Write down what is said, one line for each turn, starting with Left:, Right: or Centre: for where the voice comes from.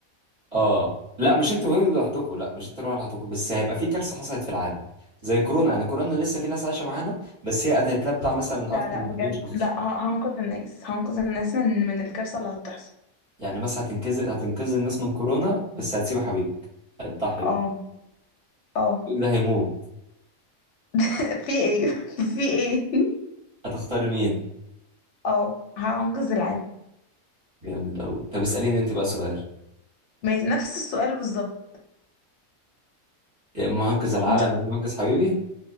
Right: اه لا مش انت وهي لوحدكم لا مش انت لوحدكم بس هيبقى في كارثه حصلت في العالم زي كورونا يعني كورونا لسه في ناس عايشه معانا بس هي قتلت لها بتاع مثلا
Left: لا
Right: اكتر
Left: لا
Right: من
Left: بجد
Right: مليون شخص
Left: لا ه- هنقذ الناس هنقذ الناس من من الكارثة اللي هتحصل
Right: يعني مثلا هتنقذ هتنقذ الناس من كورونا بس هتسيب حبيبك هتضحي
Left: اه
Right: بيه
Left: اه
Right: حبيبك ده هيموت
Left: <laughs> في ايه <laughs> في ايه
Right: هتختاري مين
Left: اه هأنقذ العالم
Right: جامد أوي طب اسأليني انت بقى سؤال
Left: ماشي نفس السؤال بالظبط
Right: يا اما هنقذ العالم
Left: مش ه...
Right: يا اما هنقذ حبيبي